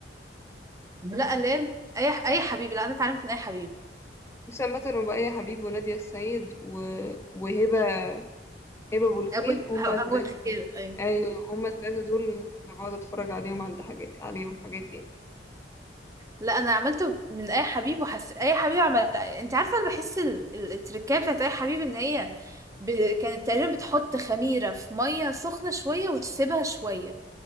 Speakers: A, on the right; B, on the left.
A: لا اللي هي اي اي حبيب لا انا اتعلمت من اي حبيب
B: وسام مطر وبقية حبيب ونادية السيد و... وهبة هبة أبو الخير
A: ابو
B: هما الت...
A: ابو الخير ايوه
B: أيوة هما الثلاثة دول اللي بقعد أتفرج عليهم عند حاجات عليهم حاجات يعني
A: لا انا عملته من اي حبيب وحس اي حبيب عمل انت عارفه انا بحس ال- ال- التركية بتاعت اي حبيب ان هي ب... كانت تقريبا بتحط خميره في ميه سخنه شويه وتسيبها شويه